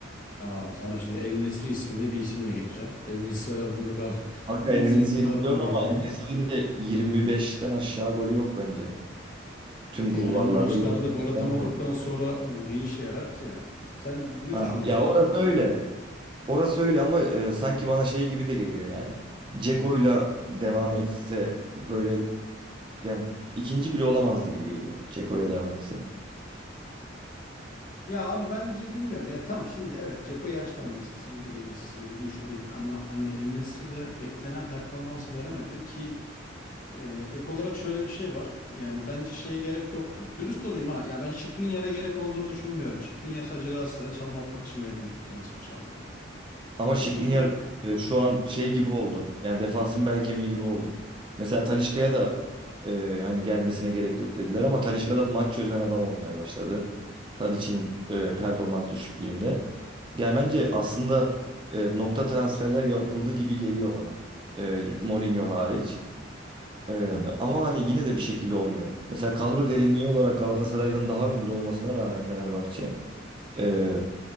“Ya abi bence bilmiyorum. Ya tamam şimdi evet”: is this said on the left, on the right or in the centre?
Left